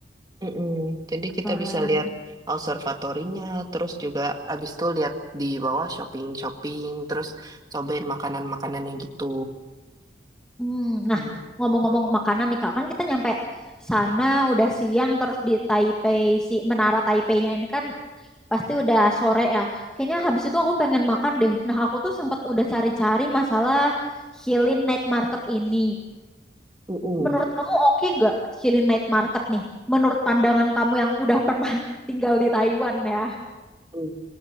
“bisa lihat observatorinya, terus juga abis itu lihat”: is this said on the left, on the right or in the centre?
Right